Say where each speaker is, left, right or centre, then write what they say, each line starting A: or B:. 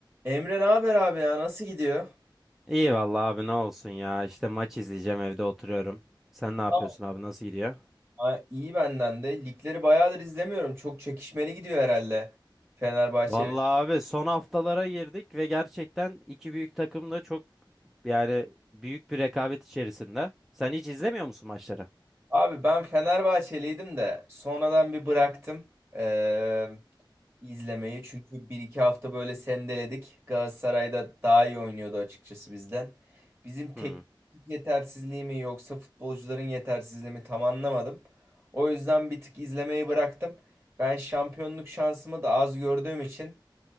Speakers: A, on the right (about 30°); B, in the centre.
A: Emre ne haber abi ya nasıl gidiyor?
B: İyi vallahi abi ne olsun ya. İşte maç izleyeceğim evde oturuyorum. Sen ne yapıyorsun
A: Tamam.
B: abi nasıl gidiyor?
A: Ha, iyi benden de. Ligleri bayağıdır izlemiyorum. Çok çekişmeli gidiyor herhalde. Fenerbahçe.
B: Vallahi abi son haftalara girdik ve gerçekten iki büyük takım da çok yani büyük bir rekabet içerisinde. Sen hiç izlemiyor musun maçları?
A: Abi ben Fenerbahçeliydim de sonradan bir bıraktım eee, izlemeyi. Çünkü bir iki hafta böyle sendeledik. Galatasaray'da daha iyi oynuyordu açıkçası bizden. Bizim teknik
B: Hmm.
A: yetersizliği mi yoksa futbolcuların yetersizliği mi tam anlamadım. O yüzden bir tık izlemeyi bıraktım. Ben şampiyonluk şansımı da az gördüğüm için